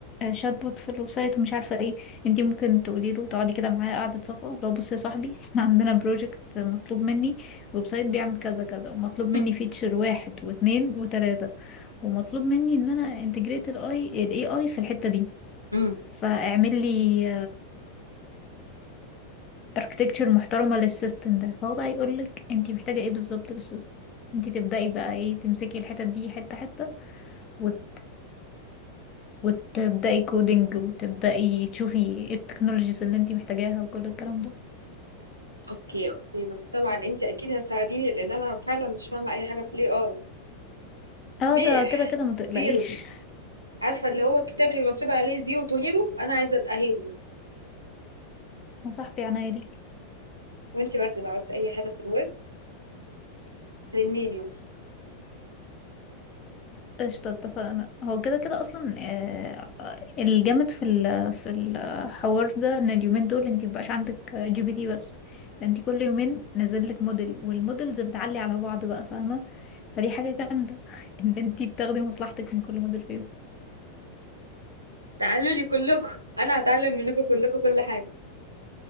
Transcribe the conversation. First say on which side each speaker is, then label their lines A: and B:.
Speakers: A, on the left; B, on the right.
A: شات بوت في الويب سايت ومش عارفه ايه انتي ممكن تقولي له تقعدي كده معايا قعده صفا لو بصي يا صاحبي احنا عندنا بروجكت مطلوب مني ويب سايت بيعمل كذا كذا ومطلوب مني
B: <laughs>
A: فيتشر واحد واتنين وتلاته ومطلوب مني ان انا انتجريت الاي الاي اي في الحته دي
B: امم
A: فاعمل لي اركتكتشر محترمه للسيستم ده فهو بقى يقول لك انتي محتاجه ايه بالظبط للسيستم انتي تبداي بقى ايه تمسكي الحتت دي حته حته وت وتبدأي كودينج وتبدأي تشوفي ايه التكنولوجيز اللي انتي محتاجاها وكل الكلام ده
B: اوكي اوكي بس طبعا انت اكيد هتساعديني لان انا فعلا مش فاهمه اي حاجه في الاي اي
A: اه
B: ميح
A: ده كده كده ما تقلقيش
B: زيرو عارفه اللي هو الكتاب اللي بيبقى مكتوب عليه زيرو تو هيرو انا عايزه ابقى هيرو
A: يا صاحبي عناية ليك
B: وانتي برضه لو عاوزتي اي حاجة في الويب رنيني بس
A: قشطة اتفقنا هو كده كده اصلا آه، الجامد في ال في الحوار ده ان اليومين دول انتي مبقاش عندك جي بي تي بس ده انتي كل يومين نازل لك موديل والموديلز بتعلي على بعض بقى فاهمة فدي حاجة جامدة <laughs> ان انتي بتاخدي مصلحتك من كل موديل فيهم
B: تعالوا لي كلكم انا هتعلم منكم كلكم كل حاجه